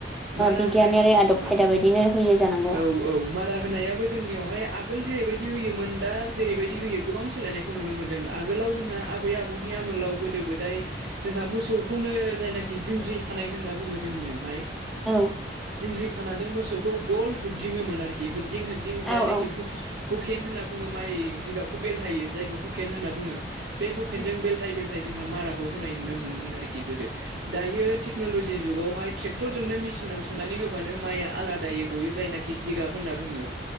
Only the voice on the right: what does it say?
मारा
होनाय
औ
औ औ मारा होनायाबो जोंनियावहाय आगोल जेरैबाय दि होयोमोन दा जेरैबायदि होयो गोबां सोलायनायखौ नुनो मोन्दों। आगोलाव जोंहा आबै आबौनि आमोलाव गोदो गोदो गोदाय जोंहा मोसौखौनो जायनाखि जिन्ज्रिखानाय होनना बुङो जोंनियावहाय जिनज्रि
खानानै मोसौखौ गल होगदिङोमोन आरोखि हो होग्दिं होग्दिं
जायनाखि
हुखे हुखेन होननानै बुङो माय जिगाबखौ बेलथायो जायखौ हुखेन होनना बुङो, बे हुखेनजों
बेलथाय बेल जोंहा माराखौ होनाय नुनो मोनोमोन आरोखि गोदो दायो टेक्नलजि जुगावहाय ट्रेक्टरजोंनो मेसिनाव सोनानै होबानो माइआ आलादैयै गयो जायनाखि जिगाब होनना बुङो